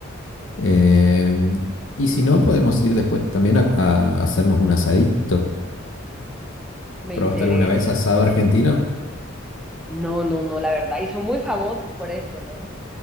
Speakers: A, on the left; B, in the centre.
A: Em, y si no, podemos ir después también a, a hacernos un asadito.
B: Me
A: ¿Probaste
B: interesa.
A: alguna vez asado argentino?
B: No, no, no, la verdad. Y son muy famosos por eso, ¿no?